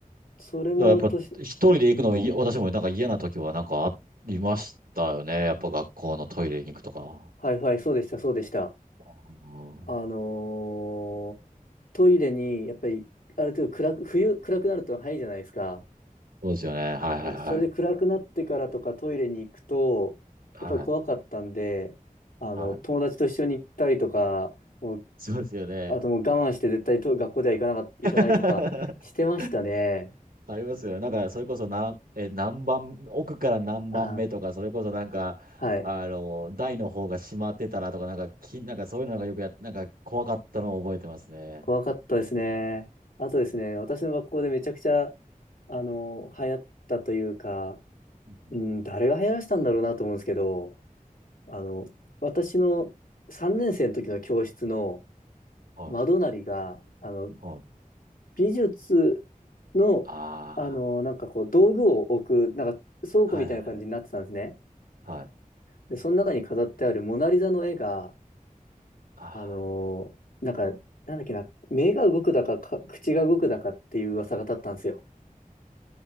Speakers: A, on the left; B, on the right.
A: それも年
B: だからやっぱ一人で行くのは、い私もなんか嫌な時はなんかありましたよね。やっぱ学校のトイレに行くとか。
A: はいはい、そうでした、そうでした。
B: うん、
A: あのートイレに、やっぱり、ある程度暗く、冬暗くなると早いじゃないですか。
B: そうですよね。はいはいはい。
A: それで暗くなってからとかトイレに行くと、
B: はい。
A: やっぱり怖かったんで、あの、
B: はい。
A: 友達と一緒に行ったりとか、もう、
B: そうですよね。
A: あともう我慢して絶対と学校では行かなか、行かないとかしてましたね。
B: <laughs> ありますよね。なんか、それこそな、え、何番、奥から何番目とか、
A: あ、
B: それこそなんか、
A: はい。
B: あの、台の方が閉まってたらとか、なんか、き、なんかそういうのがよくやっ、なんか怖かったのを覚えてますね。
A: 怖かったですね。あとですね、私の学校でめちゃくちゃ、あの、流行ったというか、
B: うん。
A: うん、誰が流行らせたんだろうなと思うんですけど、あの、私の3年生の時の教室の
B: はい。
A: 窓なりが、あの、
B: はい。
A: 美術の、
B: あ
A: あの、なんかこう、道具を置く、なんか倉庫みたいな感じになってたんですね。
B: あ。はいはいはい。はい。
A: で、その中に飾ってあるモナリザの絵が、
B: ああ。
A: あの、なんか、なんだっけな、目が動くだか、か口が動くだかっていう噂が立ったんですよ。